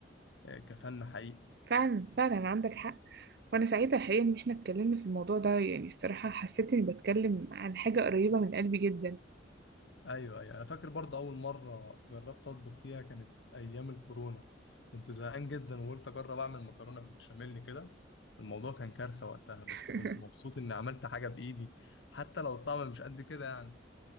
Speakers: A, on the left (about 75°); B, on the right (about 55°).
A: آه، كفن حقيقي
B: فعلا فعلا عندك حق وانا سعيده الحقيقه ان احنا اتكلمنا في الموضوع ده يعني الصراحه حسيت اني بتكلم عن حاجه قريبه من قلبي جدا
A: أيوه أيوه أنا فاكر برضه أول مرة جربت أطبخ فيها كانت أيام الكورونا كنت زهقان جدا وقلت أجرب أعمل مكرونة بالبشاميل كده الموضوع كان كارثة وقتها بس
B: <laughs>
A: كنت مبسوط إني عملت حاجة بإيدي حتى لو الطعم مش قد كده يعني